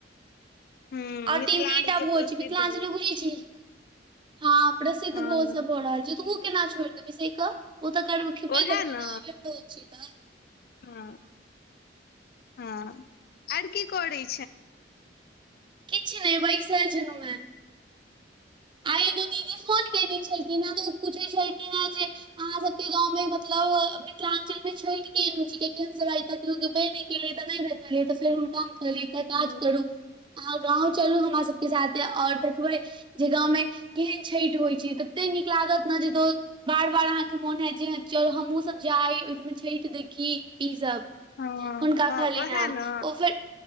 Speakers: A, on the left; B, on the right.
A: हूँ
B: आऔर
A: मिथिलाञ्चल
B: तीन तन टा
A: के
B: भोज
A: प्रसिद्ध
B: छै मिथलांचल
A: भोज
B: मे बुजी छ हँ प्रसिद्ध
A: हँ
B: भोज सब भ रहल छै तू ओ केना छोड़ि देष ओ तऽ कर खेपे
A: ओहे
B: करबै
A: न
B: नऽ एतो छि तऽ
A: हँ हँ आर की करै
B: किछ नहि बैसार छै नुह आई एगो दीदी फोन केने छलखिन हे तो पूछे छलखिन हे जे अहाँ सब के गांव मे मतलब मिथिलाञ्चल मे छठिके गुरुजीके केन सब आइ तक गेबे नहि केलिय तऽ नहि भेटलियै तऽ फेर हुनका ल तऽ
A: ओ
B: काज करू अहाँ गाँंव चलु हमरा सबके साथे और देखब जे गाँवमे केहन छठि होइ छै तते नीकलागत ने जे दो बार बार अहाँके मोन हयत जे चल हमहूँ सब जाइ ओहिठमा छठि देखी ईस
A: हँ
B: हुनका
A: हँ
B: खलिनााम
A: ओहे न
B: ओ फे